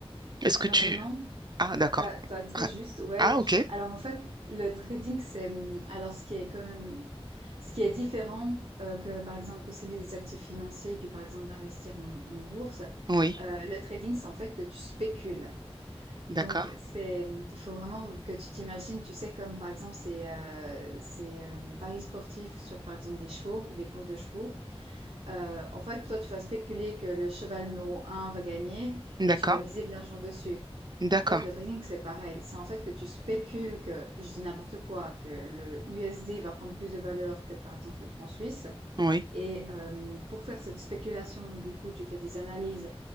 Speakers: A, on the right; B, on the right.
A: Est-ce
B: alors
A: que tu...
B: non.
A: Ah, d'accord.
B: T'as t'as très
A: Ah,
B: juste, ouais.
A: ah, ok.
B: Alors en fait, le trading, c'est hum, alors ce qui est quand même ce qui est différent euh, que par exemple posséder des actifs financiers, puis par exemple d'investir en, en bourse.
A: Oui,
B: euh, le trading, c'est en fait que tu spécules.
A: d'accord.
B: Donc c'est mmh, il faut vraiment que tu t'imagines, tu sais comme par exemple c'est euh, c'est euh, paris sportifs sur par exemple des chevaux, des courses de chevaux. Euh, en fait, toi, tu vas spéculer que le cheval numéro un va gagner
A: D'accord.
B: et tu vas miser de l'argent dessus.
A: D'accord.
B: En fait, le trading, c'est pareil. C'est en fait que tu spécules que, je dis n'importe quoi, que le USD va prendre plus de valeur que, par exemple, le franc suisse.
A: Oui.
B: Et euh, pour faire cette spéculation, du coup, tu fais des analyses